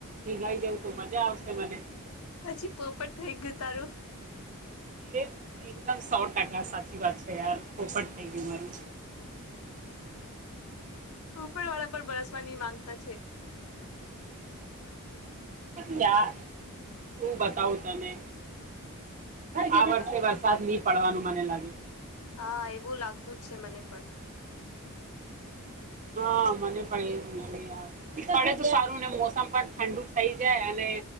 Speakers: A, on the right (about 35°); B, on the left (about 75°).
A: ભીગાઈ જવું તો મજા આવશે મને
B: પછી પોપટ થઈ ગયું તારું
A: એ એકદમ સો ટકા સાચી વાત છે યાર પોપટ થઈ ગઈ મારું
B: <inaudible> ઉપર વાળા પર બરસવાની માંગતા છે.
A: ક્યાં શું બતાવું તને
B: હા
A: આ વર્ષે વરસાદ નહી પડવાનું મને લાગે
B: હા એવું લાગતું જ છે મને પણ
A: હા મને પણ એવું યાર પણડે તોું સારું ને મોસમ પણ ઠંડુ થઈ જાય અને